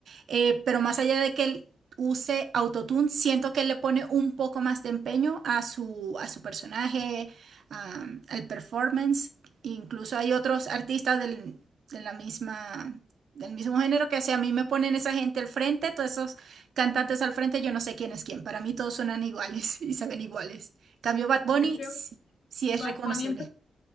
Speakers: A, on the right; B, on the left.
A: eh, pero más allá de que él use autotune, siento que él le pone un poco más de empeño a su, a su personaje, a- al performance. Incluso hay otros artistas del, de la misma, del mismo género que si a mí me ponen esa gente al frente, todos esos cantantes al frente, yo no sé quién es quién. Para mí todos suenan iguales <laughs> y se ven iguales. Cambio Bad Bunny,
B: Es que
A: sí, sí es
B: Bad
A: reconocible.
B: Bunny empezó,